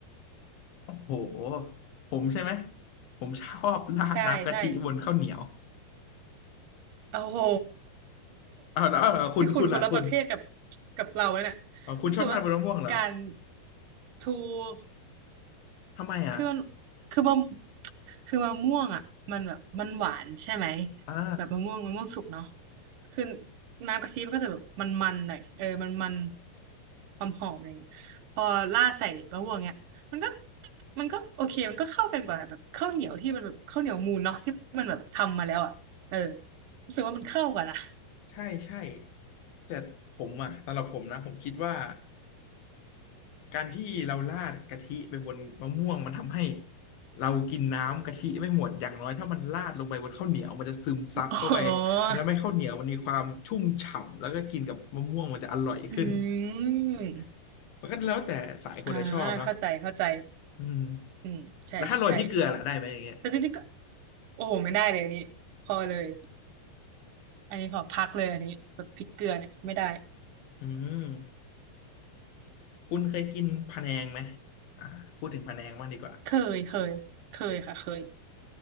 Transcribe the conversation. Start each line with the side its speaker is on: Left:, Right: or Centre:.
Left: โอ้โหผมใช่ไหมผมชอบราดน้ำกะทิบนข้าวเหนียว
Right: ใช่ใช่โอ้โห
Left: เอาแล้วเอาแล้วคุณคุณล่ะคุณ
Right: ที่คุณคนละประเภทกับกับเราเนี่ย
Left: อ๋อคุณชอบราดบนมะม่วงเหรอ
Right: รู้สึกว่าการถูก
Left: ทำไมอ่ะ
Right: คือมันคือมะคือมะม่วงอ่ะมันแบบมันหวานใช่ไหม
Left: อ่า
Right: แบบมะม่วงมะม่วงสุกเนาะคือน้ำกะทิมันก็จะแบบมันมันหน่อยเออมันมันความหอมอะไรอย่างเงี้ยพอราดใส่มะม่วงเนี่ยมันก็มันก็โอเคมันก็เข้ากันกว่าแบบข้าวเหนียวที่มันแบบข้าวเหนียวมูนเนาะที่มันแบบทำมาแล้วอ่ะเออรู้สึกว่ามันเข้ากันอ่ะ
Left: ใช่ใช่แต่ผมอ่ะสำหรับผมนะผมคิดว่าการที่เราราดกะทิไปบนมะม่วงมันทำให้เรากินน้ำกะทิไม่หมดอย่างน้อยถ้ามันราดลงไปบนข้าวเหนียวมันจะซึมซับเข้าไปมันทำให้ข้าวเหนียวมันมีความชุ่มฉ่ำแล้วก็กินกับมะม่วงมันจะอร่อยขึ้น
Right: อ๋ออืม
Left: <laughs> มันก็แล้วแต่สายคนใดชอบเนาะ
Right: อ่าเข้าใจเข้าใจ
Left: อืม
Right: อืมใช่ใช่
Left: แล้วถ้าโรยพริกเกลือล่ะได้ไหมอย่างเงี้ย
Right: แต่จริงๆก็โอ้โหไม่ได้เลยอันนี้พอเลยอันนี้ขอพักเลยอันนี้แบบพริกเกลือเนี่ยไม่ได้
Left: อืม คุณเคยกินพะแนงไหมอ่าพูดถึงพะแนงบ้างดีกว่า
Right: เคยเคยเคยค่ะเคย